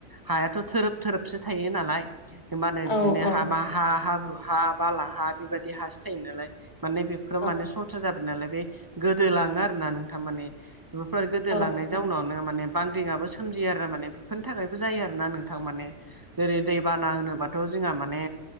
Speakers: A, on the right; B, on the left.
A: हायाथ' थोरोब थोरोबसो थायो नालाय। हो मानो
B: औ
A: बिदिनो
B: औ
A: हामा हा हाब्रु हा बाला हा बेबादि हासो थायो नालाय। माने बेफोराव
B: औ
A: माने सनस्रा जाबाय नालाय बे गोदोलांङो आरोना नोंथां माने। बेफोर गोदो
B: औ
A: लांनाय जाउनाव माने बांग्रिङाबो सोमजियो आरो माने बेफोरनि थाखायबो जायो आरो ना नोंथां माने। जेरै दैबाना होनोबाथ' जोंहा माने